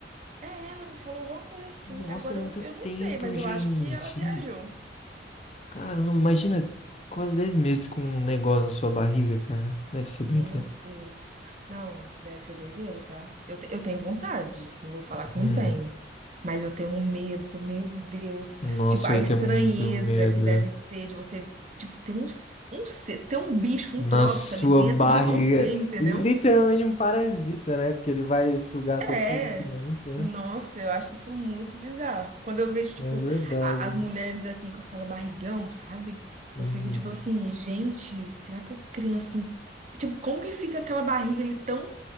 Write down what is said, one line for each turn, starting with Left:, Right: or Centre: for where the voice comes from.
Right: é, ela me falou alguma coisa assim.
Left: Nossa,
Right: Agora
Left: é muito
Right: eu, eu não
Left: tempo,
Right: sei, mas
Left: gente.
Right: eu acho que ela viajou.
Left: Caramba, imagina quase 10 meses com um negócio na sua barriga, cara. Deve ser
Right: Meu
Left: doideira.
Right: Deus. Não, deve ser doideira, tá? Eu, te- eu tenho vontade, não vou falar que
Left: Hum,
Right: não tenho. Mas eu tenho um medo, meu Deus.
Left: nossa,
Right: Tipo, a
Left: eu ia
Right: estranheza
Left: ter muito medo.
Right: que deve ser de você, tipo, ter um, s- um, ser- ter um bicho,
Left: Na
Right: um troço
Left: sua
Right: ali dentro
Left: barriga.
Right: de você, entendeu?
Left: Literalmente um parasita, né? Porque ele vai sugar todos
Right: É.
Left: os seus nutrientes, né?
Right: Nossa, eu acho isso muito bizarro. Quando eu vejo, tipo,
Left: É verdade.
Right: a- as
Left: né?
Right: mulheres assim, com aquela barrigão, sabe?
Left: Uhum.
Right: Eu fico, tipo assim, gente, será que a criança. não- Tipo, como que fica aquela barriga ali tão